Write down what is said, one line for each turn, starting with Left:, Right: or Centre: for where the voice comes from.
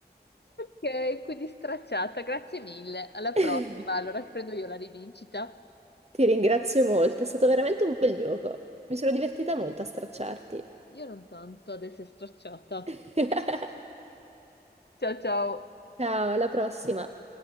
Left: Ok, quindi stracciata, grazie mille. Alla prossima,
Right: <laughs>
Left: allora prendo io la rivincita.
Right: Ti ringrazio molto, è stato veramente un bel gioco. Mi sono divertita molto a stracciarti.
Left: Io non tanto adesso è stracciata.
Right: <laughs>
Left: Ciao ciao.
Right: Ciao, alla prossima.